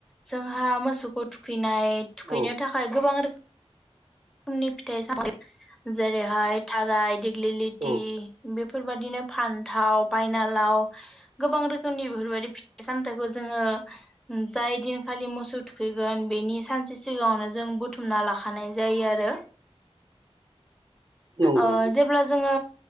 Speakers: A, in the centre; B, on the right.
A: जोंहा मोस सौखौ थुखैनाय थुखैनो
B: औ
A: थाखाय गोबां रोखोम रोखोमनि फिथाइ साम जेरैहाय थाराय दिग्लिलिथि
B: औ
A: बे बेफोरबायाददिनो फान्थाव बायनालाव गोबां रोखोमनि बेफोरबायदि फिथाइ सामथायखौ जोङो जाय दिनखालि मोसौ थुखैगोन बेनि सानसे सिगाङावनो जों बुथुमना लाखानाय जायो आरो
B: नंगौ
A: ओ जेब्ला जोङो